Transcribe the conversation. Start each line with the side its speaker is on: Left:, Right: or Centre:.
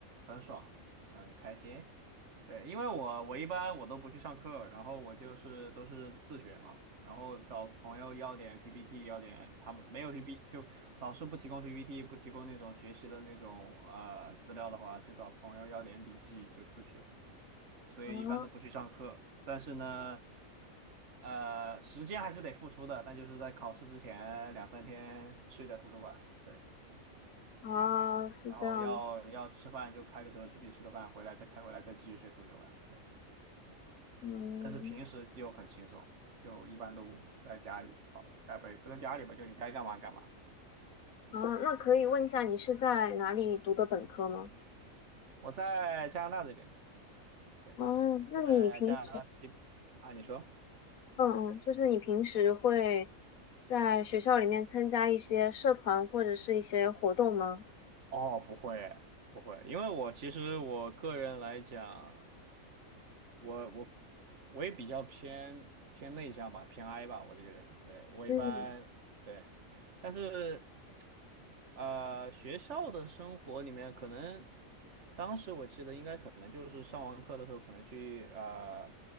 Right: 很爽，很开心。对，因为我我一般我都不去上课，然后我就是都是自学嘛，然后找朋友要点 PPT，要点他们没有 PPT 就老师不提供 PPT，不提供那种学习的那种呃资料的话，就找朋友要点笔记就自学，所以一般都不去上课。
Left: 啊
Right: 但是呢，呃，时间还是得付出的，但就是在考试之前两三天睡在图书馆，对，
Left: 啊，是这样子，
Right: 然后要要吃饭就开个车出去吃个饭，回来再开回来再继续睡图书馆。对。
Left: 嗯，
Right: 但是平时就很轻松，就一般都在家里就好了，该不不在家里吧，就你该干嘛干嘛。
Left: 啊，那可以问一下你是在哪里读的本科吗？
Right: 我在加拿大这边，对，
Left: 哦，
Right: 我在加拿大西部啊，
Left: 那你平时，
Right: 你说？
Left: 嗯嗯，就是你平时会在学校里面参加一些社团或者是一些活动吗？
Right: 哦，不会不会，因为我其实我个人来讲。我我我也比较偏偏内向吧，偏 I 吧，我这个人，对，我一般对，
Left: 嗯，
Right: 但是呃，学校的生活里面，可能当时我记得应该可能就是上完课的时候，可能去呃